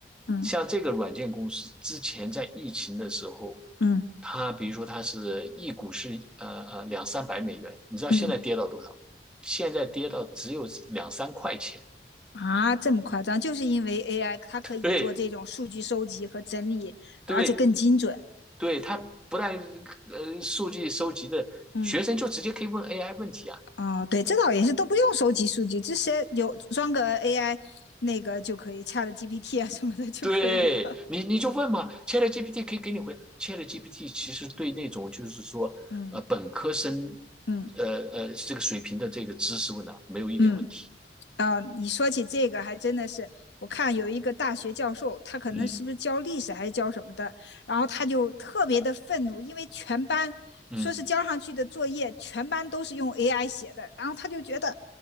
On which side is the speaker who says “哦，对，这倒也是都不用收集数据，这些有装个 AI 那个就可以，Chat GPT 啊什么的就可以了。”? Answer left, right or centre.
Left